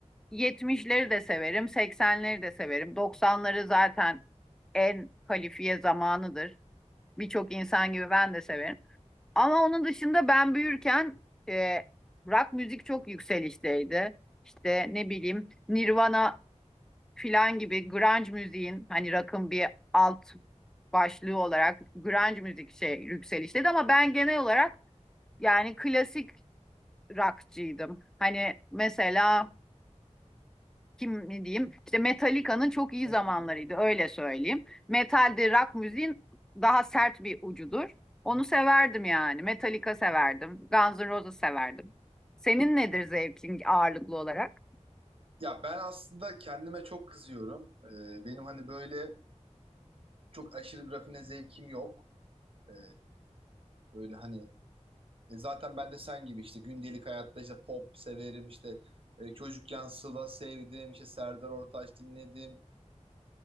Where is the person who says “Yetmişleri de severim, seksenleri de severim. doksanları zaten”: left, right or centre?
Centre